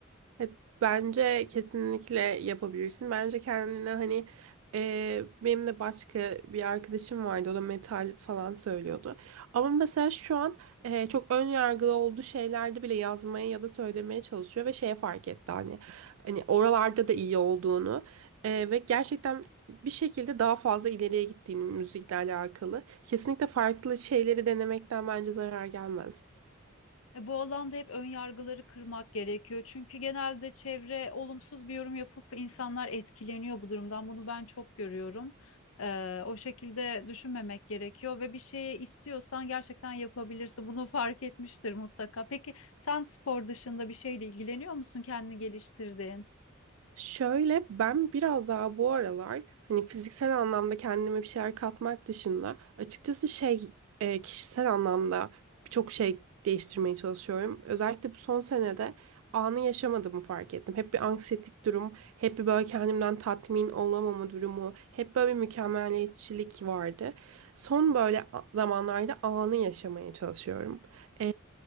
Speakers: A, on the right; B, on the left.
A: Evet, Bence kesinlikle yapabilirsin. Bence kendine hani e, benim de başka bir arkadaşım vardı. O da metal falan söylüyordu. Ama mesela şu an e, çok ön yargılı olduğu şeylerde bile yazmaya ya da söylemeye çalışıyor ve şeye fark etti hani hani oralarda da iyi olduğunu e, ve gerçekten bir şekilde daha fazla ileriye gittiğini müzikle alakalı. Kesinlikle farklı şeyleri denemekten bence zarar gelmez.
B: E, Bu alanda hep ön yargıları kırmak gerekiyor. Çünkü genelde çevre olumsuz bir yorum yapıp insanlar etkileniyor bu durumdan. Bunu ben çok görüyorum. E, o şekilde düşünmemek gerekiyor ve bir şeyi istiyorsan gerçekten yapabilirsin. Bunu <laughs> fark etmiştir mutlaka. Peki sen spor dışında bir şeyle ilgileniyor musun? Kendini geliştirdiğin?
A: Şöyle ben biraz daha bu aralar hani fiziksel anlamda kendime bir şeyler katmak dışında açıkçası şey e, kişisel anlamda birçok şey değiştirmeye çalışıyorum. Özellikle bu son senede anı yaşamadığımı fark ettim. Hep bir anksiyetik durum, hep bir böyle kendimden tatmin olamama durumu, hep böyle bir mükemmeliyetçilik vardı. Son böyle a- zamanlarda anı yaşamaya çalışıyorum. Ee,